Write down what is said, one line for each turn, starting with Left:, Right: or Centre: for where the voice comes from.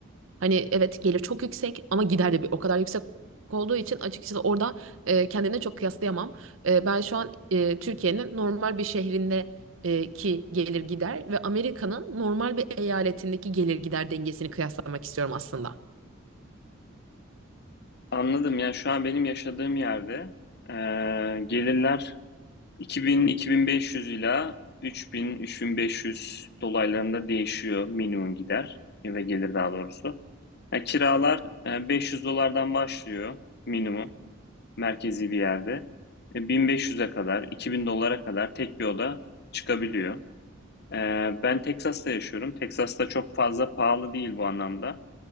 Right: Hani evet gelir çok yüksek ama gider de bir o kadar yüksek olduğu için açıkçası orada e, kendine çok kıyaslayamam. E, ben şu an e, Türkiye'nin normal bir şehrinde e, ki gelir gider ve Amerika'nın normal bir eyaletindeki gelir gider dengesini kıyaslamak istiyorum aslında.
Left: Anladım. Yani şu an benim yaşadığım yerde eee, gelirler 2000-2500 ila 3000-3500 dolaylarında değişiyor minimum gider ve gelir daha doğrusu. Yani kiralar e, 500 dolardan başlıyor minimum merkezi bir yerde. E, 1500'e kadar, 2000 dolara kadar tek bir oda çıkabiliyor. Ee, ben Teksas'ta yaşıyorum. Texas'ta çok fazla pahalı değil bu anlamda.